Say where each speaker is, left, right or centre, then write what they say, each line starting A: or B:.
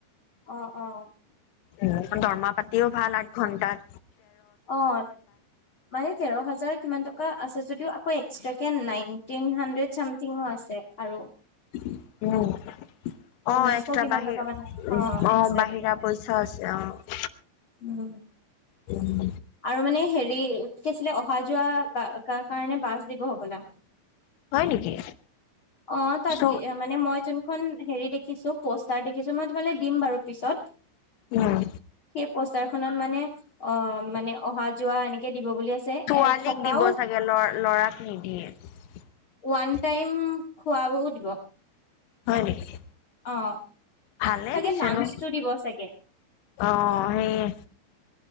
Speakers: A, on the left; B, on the left.
A: অ', অ',
B: উম দৰমহা পাতিও ভাল আঠ ঘণ্টাত।
A: অ', মানে তেৰ হাজাৰ কিমান টকা আছে যদিও আকৌ এ চাগে নাইনটিন হাড্ৰেড চামথিংও আছে, আৰু
B: উম। অ', এক্সট্ৰা বাহিৰ
A: ঊনৈশ কিমান
B: অ',
A: টকা মানে
B: বাহিৰা
A: অ
B: পইচা
A: এক্সট্ৰা দিব
B: আছে, অঁ।
A: উম।
B: উম।
A: আৰু মানে হেৰি কি আছিলে অহা যোৱা <unintelligible> কাৰণে বাছ দিব হ'বলা।
B: হয় নেকি?
A: অ', তাত
B: চ
A: মানে মই যোনখন হেৰি দে দেখিছো পষ্টাৰ দেখিছো মই তোমালে দিম বাৰু পিছত।
B: উম
A: সেই পষ্টাৰ খনত মানে অঁ মানে অহা যোৱা এনেকে দিব বুলি আছে
B: ছোৱালীক
A: এ থকাও
B: দিব চাগে ল ল'ৰাক নিদিয়ে।
A: ওৱান টাইম খোৱা বোৱাও দিব।
B: হয় নেকি?
A: অ'।
B: ভালেই
A: চাগে
B: পিছেনো
A: লাঞ্চটো দিব চাগে
B: অঁ, সেইয়ে।